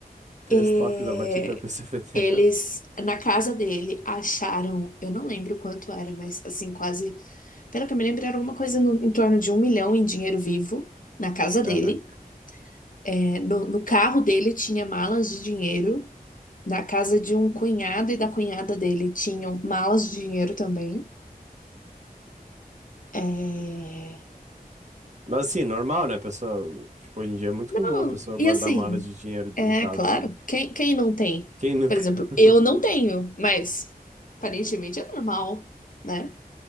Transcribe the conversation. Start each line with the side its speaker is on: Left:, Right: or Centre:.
Right: três
Left: É,
Right: toques da batida da Polícia Federal.
Left: eles, na casa dele, acharam, eu não lembro quanto era, mas assim, quase, pelo que eu me lembro, era uma coisa no- em torno de um milhão em dinheiro vivo na casa
Right: Caraca.
Left: dele. É, no, no carro dele tinha malas de dinheiro. Na casa de um cunhado e da cunhada dele tinham malas de dinheiro também. É,
Right: Mas assim, normal, né, pessoal? Tipo, hoje em dia é muito
Left: Não,
Right: comum a pessoa guardar
Left: e assim,
Right: mala de dinheiro
Left: é
Right: em casa,
Left: claro,
Right: assim.
Left: quem, quem não tem?
Right: Quem nunca?
Left: Por exemplo,
Right: <laughs>
Left: eu não tenho, mas aparentemente é normal, né?